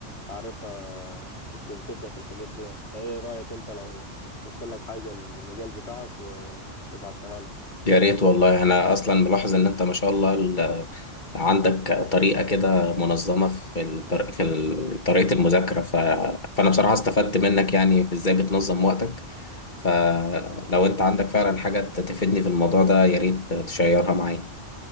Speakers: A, on the left; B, on the left.
A: اعرفها آه، بت- بتبدأ في الحاجات دي يعني فايه رأيك انت لو شفت لك حاجة المجال بتاعك و- وبعتها لك
B: يا ريت والله انا اصلا ملاحظ ان انت ما شاء الله ال- عندك طريقه كده منظمه في الطر... في ال- طريقه المذاكره ف... فانا بصراحه استفدت منك يعني في ازاي بتنظم وقتك فلو انت عندك فعلا حاجه تفيدني في الموضوع ده يا ريت تشيرها معايا